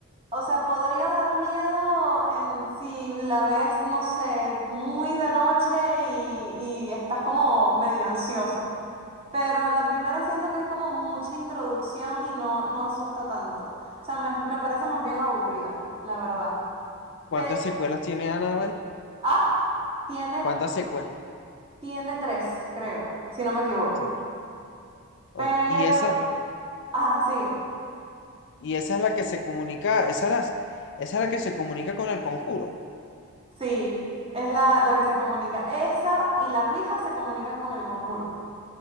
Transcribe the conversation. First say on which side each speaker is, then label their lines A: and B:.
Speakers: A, on the right; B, on the left.
A: o sea, podría dar miedo en si la ves, no sé, muy de noche y, y estás como medio ansioso. Pero la primera siento que es como mucha introducción y no, no asusta tanto. O sea, me, me parece más bien aburrida, la verdad.
B: ¿Cuántas
A: Pero,
B: secuelas tiene Annabelle?
A: ah, tiene,
B: ¿Cuántas secuelas?
A: tiene tres, creo, si no me equivoco.
B: tiene? Ok,
A: Pero,
B: Y esa
A: ah, sigue.
B: Y esa es la que se comunica, esa es la, esa es la que se comunica con el conjuro.
A: Sí, es la, la que se comunica. Esa y la Ouija se comunican con el conjuro.